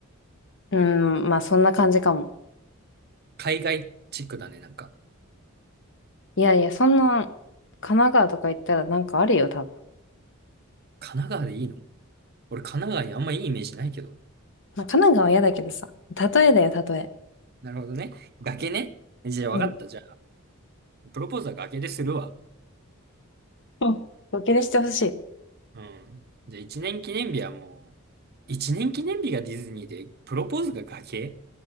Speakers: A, on the left; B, on the right.
A: うーん、まあそんな感じかも。
B: 海外チックだね、なんか。
A: いやいや、そんな、神奈川とか行ったらなんかあるよ、多分。
B: 神奈川でいいの俺、神奈川にあんまいいイメージないけど。
A: まあ神奈川は嫌だけどさ。例えだよ、例え。
B: なるほどね。崖ね。じゃあ、
A: うん。
B: わかった。じゃあ、プロポーズは崖でするわ。
A: あ、ボケでしてほしい。
B: うん。じゃあ、一年記念日はもう、一年記念日がディズニーで、プロポーズが崖